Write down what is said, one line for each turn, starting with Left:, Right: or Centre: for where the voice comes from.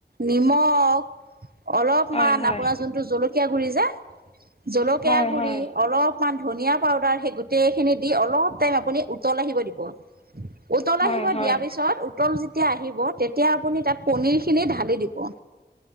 Right: নিমখ, - অলপমান
Left: হয় হয়
Right: আপোনাৰ যোনটো জলকীয়া গুৰি যে জলকীয়া
Left: হয়
Right: গুৰি,
Left: হয়
Right: অলপ- মান ধনিয়া পাউডাৰ সেই গোটেই খিনি দি অলপ টাইম আপুনি উতল আহিব দিব। উতল
Left: হয়
Right: আহিব
Left: হয়
Right: দিয়াৰ পিছত, উতল যেতিয়া আহিব, তেতিয়া আপুনি তাত পনিৰ খিনি ঢ়াল- লি দিব।